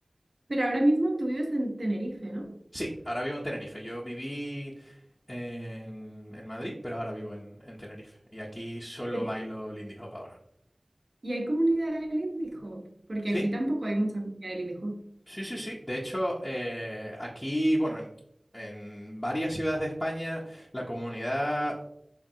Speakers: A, on the right; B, on the left.
A: Pero ahora mismo tú vives en Tenerife, ¿no?
B: Sí, ahora vivo en Tenerife. Yo viví en, en Madrid, pero ahora vivo en, en Tenerife. Y aquí solo
A: Y, en-
B: bailo Lindy Hop ahora.
A: y hay comunidad del indie Hop, porque
B: ¿Sí?
A: aquí tampoco hay mucha comunidad del indie Hop.
B: Sí, sí, sí. De hecho, eh, aquí, bueno, en, en varias ciudades de España, la comunidad